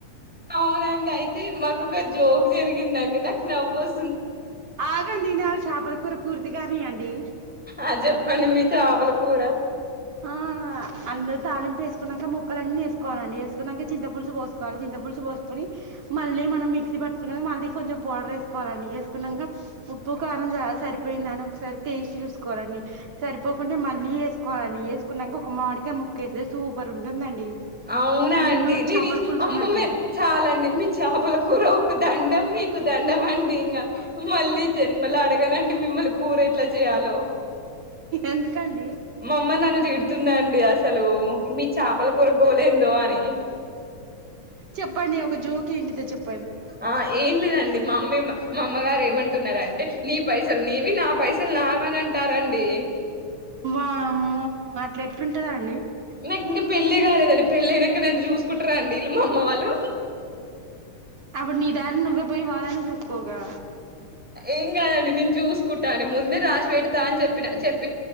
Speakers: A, in the centre; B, on the right.
A: అవునండి అయితే మాకుొ ఒక జోక్ జరిగిందండి నాకు నవ్రాయ
B: ఆగండి నవి చేపల కూర పూర్తిగానీయండి
A: ఆ చెప్పండి మీ చాపల కూర
B: ఆ అంద్ తాలింపు వేసుకున్నాక ముక్కల అన్ని వేసుకోవాలండి వేసుకున్నాక చింత పులుసు పోసుకోవాలి చింత పులుసు పోసుకని మళ్ళీ మనం మిక్సీ పట్టుకున్న మళ్ళీ కొంచెం పౌడర్ వేసుకోవాలండి వేసుకున్నాక ఉప్పు కారం స సరిపోయింద అని ఒకసారి టేస్ట్ చూసుకోవాలండి సరి కుంటే మళ్ళీ వేసుకోవాలని వేకున్నాక ఒ క్క మాడికయ్ ముక్కేసే సూపర్ ఉంటుందండి
A: అవునా
B: నెల్లూరు
A: అండి నేన
B: చేపల
A: ఇ
B: పులుసు
A: అమ్మమ్మే
B: ఉన్నట్టుంటుంది
A: చాలండి మీ చేపల ర ఒక దండం మీకు దండం అండి ఇంకా మళ్ళీ జన్మలు అడగనండి మీ మళ్ళి కూర ఎట్లా చేయాలో
B: ఎందుకండి
A: మమ్మ నన్న తిడు స్తుందండి అసలు మీ చాపల లేందో అని
B: చెప్పండి ఒక జోక్ ఏంటితో చెప్
A: ఆ ఎం లే దండి మా అమ్మే మా మా అమ్మగారు ఏమంటున్నారంటే నీ పైసలు నీవి నా పైసలు నాని అని అంటారండి
B: వామ్మో అట్లా ఎట్లుంటందాండి
A: నాకు ఇంకా పెళ్లి కాలేదండి పెళ్ళి అయినాక నన్ను చూసుకుంటారా అండిీ విల్లు మాఅమ్మ వాళ్ళు
B: అప్పుడు నీ దారిన నువ్వే పోయి వాళ్ళని చూసుకోగా
A: ఏం కాదండి నేను చూసుకుంటా అని ముందే రాసి పెడతా అని చెప్పిన చెప్